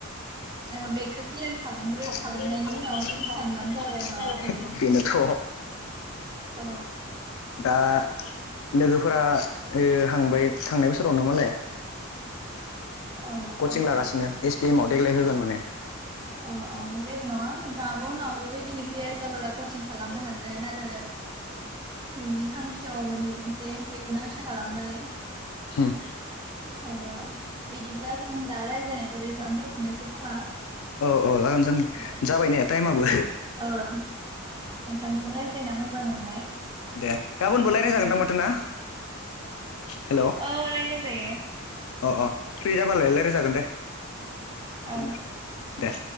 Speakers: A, on the right (about 20°); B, on the left (about 75°).
A: औ बेखौ क्लियार खालामग्रो। खालामनायनि
B: <unintelligible>
A: उनाव सानबानो जाबाय माबाफोर
B: बेनोथ'
A: औ।
B: दा। लोगोफोरा ओ हांबाय थांनाय बोसोरावनो माने
A: औ
B: कचिं लागासिनो एस पिएम आव देग्लाय होगोन माने
A: अ औ जेबो नङा नोंथाङाबो उनाव बेबायदिनो क्लियार जाब्ला कचिं खालामनो हागोन आरो नोंनि थांखियाव मोनहैथोंसै बेखौनो आसा खालामबाय
B: हम।
A: ओ बिदिब्ला जों दा रायज्लायनायखौ बेसेबां दोन्थ'नोसै खोमा।
B: अ जागोन सान
A: औ
B: जाबाय ने टाइमआबो।
A: औ नोंथांजों रायज्लायना मोजां मोनबाय
B: दे गाबोनबो
A: गोजोनथों
B: रायजायजागोन दा माथो ना हेल'
A: औ राय्लाय जायो
B: अ अ फ्रि जाबालायलाय रोजागोन दे बिदिनो
A: औ
B: दे